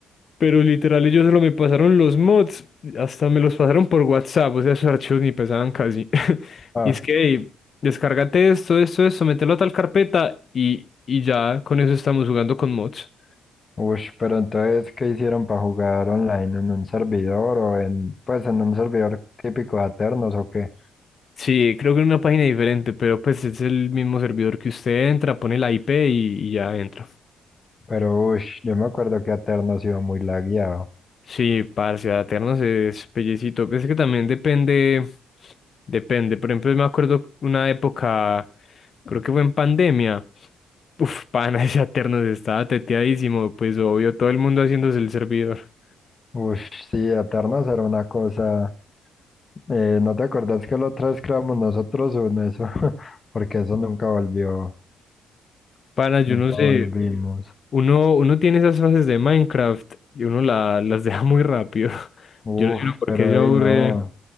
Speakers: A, on the left; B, on the left.
A: Pero literal ellos solo me pasaron los mods, hasta me los pasaron por WhatsApp, o sea, esos archivos ni pesaban casi. <laughs>
B: Ah,
A: Y es que, "Ey, descárgate esto, esto, esto, mételo a tal carpeta y, y ya con eso estamos jugando con mods.
B: ush, pero entonces, ¿qué hicieron para jugar online? ¿En un servidor o en, pues, en un servidor típico de Aternos o qué?
A: Sí, creo que en una página diferente, pero pues es el mismo servidor que usted entra, pone la IP y, y ya entra.
B: Pero, ush, yo me acuerdo que Aternos iba muy lagueado.
A: Sí, parce, Aternos es pellecito. Es que también depende, depende. Por ejemplo, me acuerdo una época, creo que fue en pandemia. Uf, pana, <laughs> ese Aternos estaba teteadísimo, pues obvio, todo el mundo haciéndose el servidor.
B: Ush, sí, Aternos era una cosa. Eh, ¿no te acordás que la otra vez creamos nosotros en eso? <laughs> Porque eso nunca volvió,
A: Pana, yo
B: nunca
A: no sé,
B: volvimos.
A: uno, uno tiene esas fases de Minecraft y uno la- las <laughs> deja muy rápido. <laughs>
B: Uf,
A: Yo no sé uno por
B: pero
A: qué se aburre.
B: ahí no.